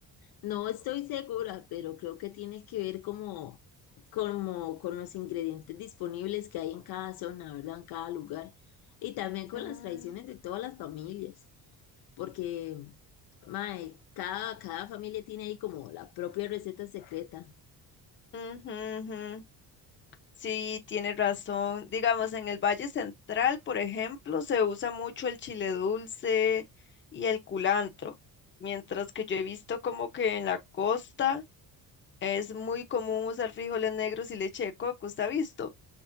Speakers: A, on the left; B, on the left.
A: No estoy segura, pero creo que tiene que ver como, como con los ingredientes disponibles que hay en cada zona, ¿verdad? En cada lugar. Y también con
B: Mm,
A: las tradiciones de todas las familias, porque, mae, cada, cada familia tiene ahí como la propia receta secreta.
B: ujú, ujú. Sí, tiene razón. Digamos, en el Valle Central, por ejemplo, se usa mucho el chile dulce y el culantro, mientras que yo he visto como que en la costa es muy común usar frijoles negros y leche de coco. ¿Usted ha visto?